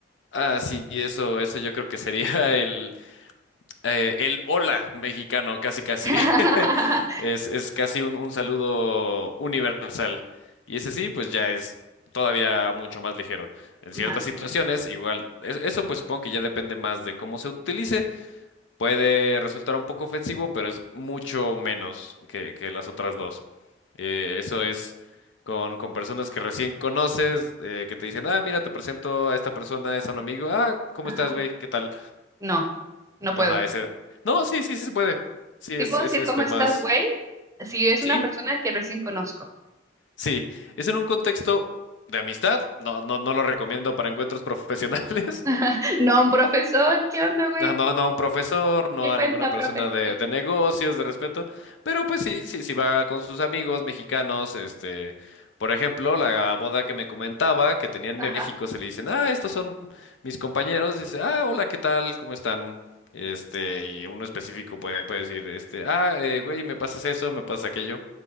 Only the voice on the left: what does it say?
Ah, sí, eso, eso yo creo que sería <laughs> el, Eh, el hola mexicano, casi casi.
<laughs> Es, es casi un, un saludo universal. Y ese sí, pues ya es todavía mucho más ligero. En
ciertas situaciones,
igual, es- eso pues supongo que ya depende más de cómo se utilice. Puede resultar un poco ofensivo, pero es mucho menos que, que las otras dos. Eh, eso es con, con personas que recién conoces, eh, que te dicen, ah, mira, te presento a esta persona, es a un amigo. Ah, ¿cómo
estás, güey? ¿Qué tal?
Ajá,
ese. No, sí, sí, sí se puede. Sí,
es,
es
este
más.
Sí,
sí. Es en un contexto de amistad. No, no, no lo recomiendo para encuentros <laughs> profesionales.
Ah, No, no a un profesor, no
a
ninguna persona
de, de negocios, de respeto, pero pues sí, sí, sí va con sus amigos mexicanos, este, por ejemplo, la boda que me comentaba, que tenía en
México, se le dicen, ah, estos son mis compañeros, dice, ah, hola, ¿qué tal? ¿Cómo están? Este, y uno específico puede, puede decir, este, ah, eh, güey, me pasas eso, me pasa aquello.